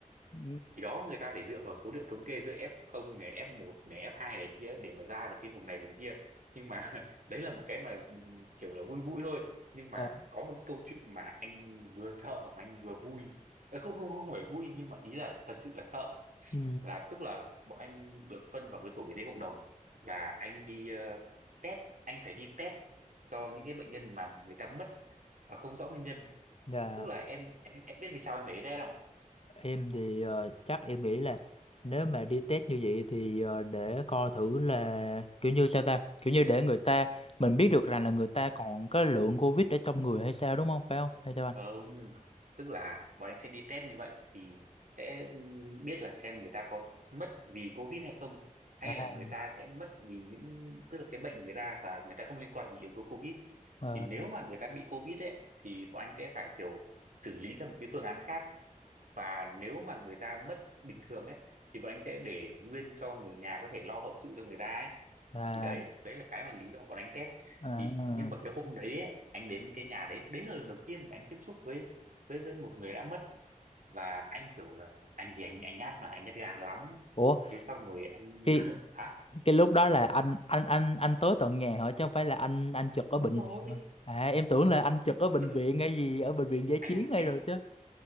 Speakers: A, on the left (about 45°); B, on the right (about 70°).
A: Ừ.
B: thì đó người ta phải dựa vào số liệu thống kê giữa F0 này F1 này F2 này kia để mà ra được cái vùng này vùng kia nhưng mà <laughs> đấy là một cái mà ừ, kiểu là vui vui thôi nhưng mà
A: Dạ.
B: có một câu chuyện mà anh vừa sợ mà anh vừa vui Ờ, không không không phải vui nhưng mà ý là thật sự là sợ
A: ừ.
B: là tức là bọn anh được phân vào cái tổ y tế cộng đồng và anh đi ờ, test anh phải đi test cho những cái bệnh nhân mà người ta mất và không rõ nguyên nhân
A: Dạ.
B: tức là em em em biết vì sao anh phải đi test không
A: em thì ờ, chắc em nghĩ là nếu mà đi test như vậy thì ờ, để coi thử là kiểu như sao ta kiểu như để người ta mình biết được rằng là người ta còn cái lượng Covid ở trong người hay sao đúng không phải không hay sao anh
B: không tức là bọn anh sẽ đi test như vậy thì sẽ ừm, biết là xem người ta có mất vì Covid hay không hay
A: à,
B: là người ta sẽ mất vì những tức là cái bệnh người ta và người ta không liên quan đến yếu tố Covid
A: ờ,
B: thì nếu mà người ta bị Covid ấy thì bọn anh sẽ phải kiểu xử lý theo một cái phương án khác và nếu mà người ta mất bình thường ấy thì bọn anh sẽ để nguyên cho người nhà có thể lo hậu sự cho người ta ấy
A: là
B: thì đấy đấy là cái mà lý do có anh test
A: à,
B: thì nhưng mà cái hôm đấy ấy, anh đến cái nhà đấy đấy là lần đầu tiên mà anh tiếp xúc với với với một người đã mất và anh kiểu là anh thì anh anh nhát mà anh nhát gan lắm
A: ủa
B: thế xong rồi anh
A: cái
B: <laughs> hả
A: cái lúc đó là anh anh anh anh tới tận nhà hỏi chứ không phải là anh anh trực
B: đúng
A: ở bệnh
B: rồi
A: viện hả? à em tưởng là anh
B: Ừ,
A: trực ở bệnh
B: tức
A: viện
B: là
A: hay gì ở bệnh viện giải chiến
B: anh
A: hay
B: anh
A: rồi chứ